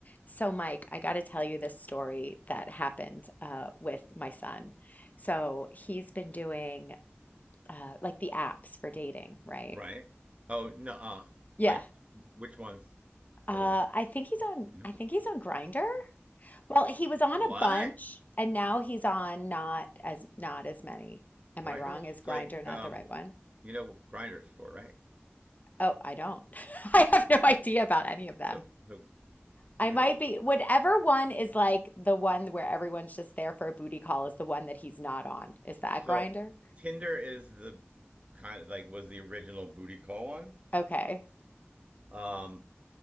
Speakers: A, on the left (about 40°); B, on the right (about 30°).
A: So, Mike, I got to tell you this story that happened uh, with my son. So, he's been doing uh, like the apps for dating, right?
B: Right. Oh no. Uh,
A: Yeah.
B: like which ones?
A: Uh,
B: By the way,
A: I think he's on,
B: you know
A: I think he's on Grinder. Well, he was on
B: what?
A: a bunch and now he's on not as, not as many. Am
B: Grinders
A: I wrong? Is Grinder
B: like
A: not
B: um,
A: the right one?
B: you know what grinders for right?
A: Oh, I don't. <laughs> I have no idea about any of them.
B: So so
A: I
B: really.
A: might be, whatever one is like the one where everyone's just there for a booty call is the one that he's not on. Is that
B: So
A: Grinder?
B: Tinder is the kind of like was the original booty call one.
A: Okay.
B: Um,